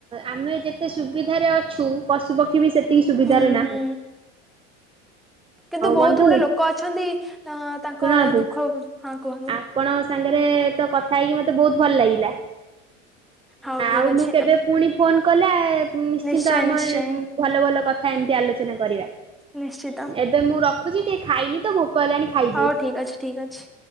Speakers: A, on the right; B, in the centre.
A: ଆମେ ଯେତେ ସୁବିଧାରେ ଅଛୁ ପଶୁପକ୍ଷୀ ବି ସେତ ତି ସୁଭିଦାରେ
B: ହୁଁ
A: ନା
B: ହୁଁ କିନ୍ତୁ ବହୁତ
A: ବନ୍ଧୁ
B: ଗୁଡେ ଲୋକ ଅଛନ୍ତି ଅ ତାଙ୍କ
A: ଶୁଣନ୍ତୁ
B: ଦୁଃଖ ହା କୁହନ୍ତୁ?
A: ଆପଣଙ୍କ ସାଙ୍ଗରେ ତ କଥା ହେଇକି ମତେ ବହୁତ ଭଲ ଲାଗିଲା।
B: ହଉ
A: ଆଉ
B: ଠିକ ଅଛି
A: ମୁଁ କେବେ ପୁଣି ଫୋନ କଲେ ନିଶ୍ଚିନ୍ତ
B: ନିଶ୍ଚୟ
A: ଆମେ
B: ନିଶ୍ଚୟ
A: ଭଲ ଭଲ କଥା ଏମିତି ଆଲୋଚନା କରିବା
B: ନିଶ୍ଚିତ
A: ଏବେ ଏବେ ମୁଁ ରଖୁଛି ଟିକେ ଖାଇନି ତ ଭୋକ ହେଲାଣି ଖାଇଦିଏ।
B: ହଉ ଠିକ୍ ଅଛି ଠିକ୍ ଅଛି।